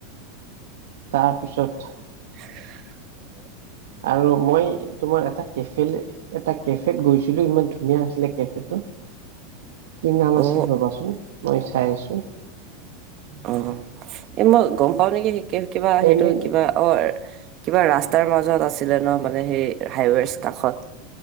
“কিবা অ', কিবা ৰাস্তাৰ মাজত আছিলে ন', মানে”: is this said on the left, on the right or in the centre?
Right